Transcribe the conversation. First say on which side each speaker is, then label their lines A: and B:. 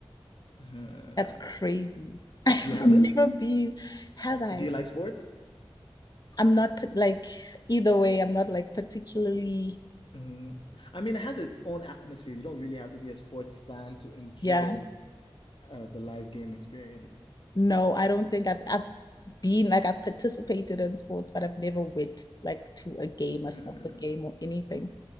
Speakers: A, on the left (about 60°); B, on the left (about 45°).
A: Uh,
B: That's crazy. <laughs> I've
A: you haven't?
B: never been, have I?
A: Do you like sports?
B: I'm not put like either way, I'm not like particularly,
A: Mm. I mean, it has its own atmosphere. You don't really have to be a sports fan to enjoy
B: yeah.
A: uh, the live game experience.
B: No, I don't think I've I've been like I've participated in sports, but I've never went like to a game, a soccer
A: Mm.
B: game or anything.